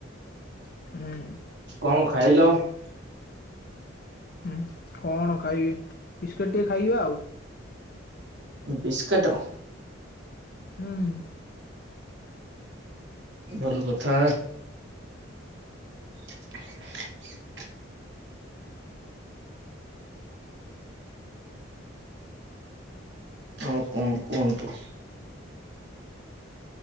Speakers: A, on the left (about 45°); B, on the right (about 60°).
A: ହୁଁ।
B: କଣ ଖାଇଲ?
A: ହୁଁ କଣ ଖାଇବି ବିସ୍କେଟ ଟିକେ ଖାଇବା ଆଉ।
B: ବିସ୍କେଟ?
A: ହୁଁ। ହ୍ୟାଲୋ
B: ଭଲ କଥା। <inaudible> ଆଉ କଣ କୁହନ୍ତୁ?